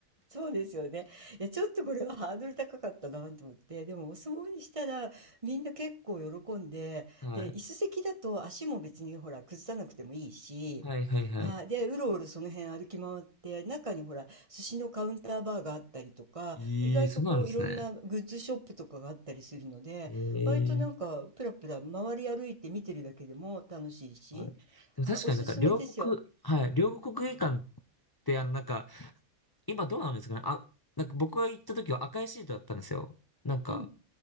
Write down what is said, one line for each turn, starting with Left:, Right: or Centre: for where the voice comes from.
Right: そうですよね。いや、ちょっとこれはハードル高かったなと思って、でもお相撲にしたらみんな結構喜んで、
Left: はい。
Right: で、椅子席だと足も別にほら崩さなくてもいいし、
Left: はい、はい、はい。
Right: はい、で、うろうろその辺歩き回って、中にほら寿司のカウンターバーがあったりとか、
Left: ええ、
Right: 意外とこういろんなグッズショップとかがあったりするので、
Left: そうなんですね。ええ、
Right: 割となんかプラプラ回り歩いて見てるだけでも楽しいし、
Left: はい。でも確かになんか両国、
Right: はい、おすすめですよ。
Left: はい、両国国技館ってあのなんか、今どうなんですかね。あ、なんか僕が行った時は赤いシートだったんですよ。なんか、
Right: うん。